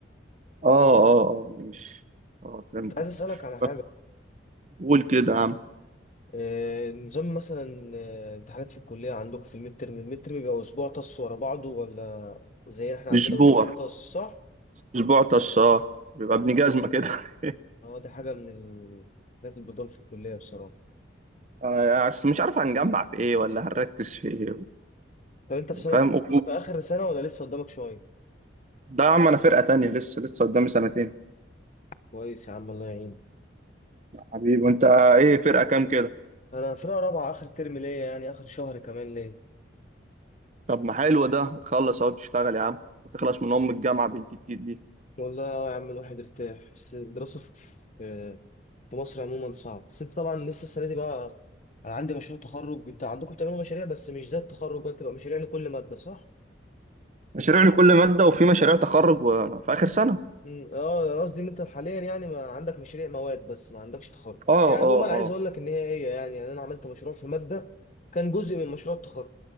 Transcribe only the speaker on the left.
كنت عايز أسألك على حاجة
آه، نظام مثلا آه، امتحانات في الكلية عندكم في الميد ترم الميد ترم بيبقى أسبوع طص ورا بعضه ولا زي احنا عندنا
أسبوع طص صح؟
اه دي حاجة من الحاجات البدون في الكلية بصراحة
طب أنت في سنة
كام؟
في آخر سنة ولا لسه قدامك شوية؟
كويس يا عم الله يعينك
أنا فرقة رابعة آخر ترم ليا يعني آخر شهر كمان ليا
والله اه يا عم الواحد ارتاح بس الدراسة في في في مصر عموما صعب بس انت طبعا لسه السنة دي بقى انا عندي مشروع تخرج انت عندكم بتعملوا مشاريع بس مش زي التخرج بقى بتبقى مشاريع لكل مادة صح؟
مم، اه قصدي ان انت حاليا يعني ما عندك مشاريع مواد بس ما عندكش تخرج
يعني عموما
عايز
اقول لك ان هي هي يعني, يعني انا عملت مشروع في ماده كان جزء من مشروع التخرج